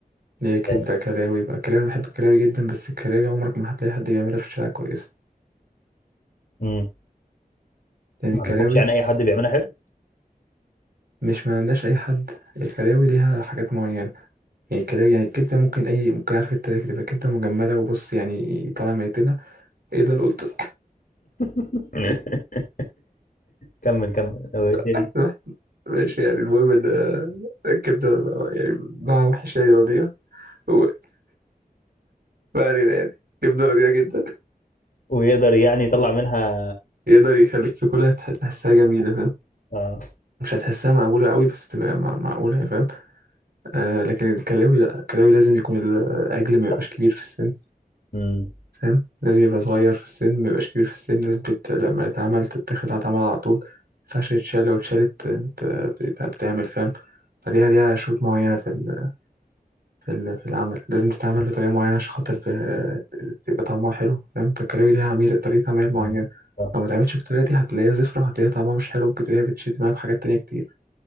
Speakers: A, on the right; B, on the left.
A: اللي هي كبده
B: آه،
A: كلاوي بقى الكلاوي انا بحب الكلاوي جدا بس الكلاوي عمرك ما هتلاقي حد بيعملها في الشارع كويس
B: مم.
A: يعني
B: ما
A: الكلاوي
B: عندكمش يعني أي حد بيعملها حلو
A: مش ما عندهاش اي حد الكلاوي ليها حاجات معينه يعني الكلاوي يعني الكبده ممكن اي ممكن عارف انت ليه تبقى كبده مجمده وبص يعني طالع ميتنا ايه اللي انا قلت
B: <laughs> كمل كمل هو ايه تاني
A: <laughs> ماشي يعني المهم ان آه، الكبده يعني نوعها وحش يعني رضيئه و- ما علينا يعني كبده رضيئه جدا
B: ويقدر يعني يطلع منها
A: يقدر يخليك تاكلها تح- تحسها جميله فاهم
B: آه.
A: مش هتحسها مقبوله قوي بس تبقى مع- معقوله يعني، فاهم آه لكن الكلاوي لا الكلاوي لازم يكون الاجل ما يبقاش
B: شخص.
A: كبير في السن
B: مم.
A: فاهم لازم يبقى صغير في السن ما يبقاش كبير في السن لازم تت... لما يتعمل تتاخد هتعمل على طول ما ينفعش يتشال لو اتشالت بت... بت... بتعمل فاهم فليها ليها شروط معينة في ال... في, ال... في العمل لازم تتعمل بطريقة معينة عشان خاطر ب... يبقى طعمها حلو فاهم فالكلاوي ليها عميل طريقة عمل معينة
B: مم. آه.
A: لو ما تعملش بالطريقة دي هتلاقيها زفرة وهتلاقيها طعمها مش حلو ممكن تلاقيها بتشد معاك في حاجات تانية كتير